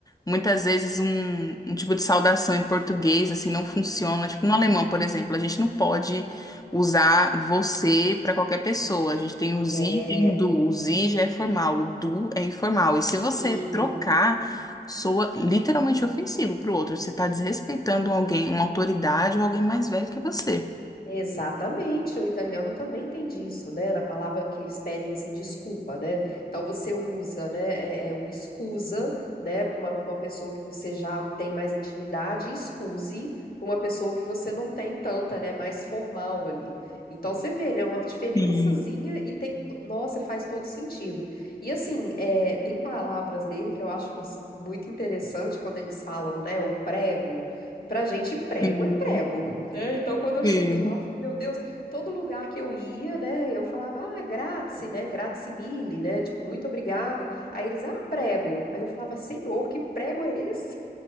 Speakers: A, on the left; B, on the left.
A: Muitas vezes um, um tipo de saudação em português assim não funciona. Tipo, no alemão, por exemplo, a gente não pode usar você para qualquer pessoa. A gente tem o sie
B: É,
A: e tem o du. O sie já é formal, o du é informal. E se
B: sim.
A: você trocar, soa literalmente ofensivo para o outro. Você está desrespeitando alguém, uma autoridade ou alguém mais velho que você.
B: Exatamente, o italiano também tem disso, né? Na palavra que eles pedem assim, desculpa, né? Então você usa, né, é, é o escusa, né, para uma, pra uma pessoa que você já tem mais intimidade, e excuse para uma pessoa que você não tem tanta, né, mais formal ali. Então você vê, né, uma diferençazinha
A: Sim,
B: e tem, to- nossa, faz todo sentido. E assim, é, tem palavras dele que eu acho assim muito interessante quando eles falam, né, o prego. E pra gente prego
A: sim,
B: é prego né? Então, quando eu
A: sim,
B: cheguei lá, eu falei, meu Deus, todo lugar que eu ia, né? Eu falava, ah, grazie, né? Grazie mille, né? Tipo, muito obrigada. Aí eles, ah, prego. Aí eu falava, senhor, que prego é esse? <laughs>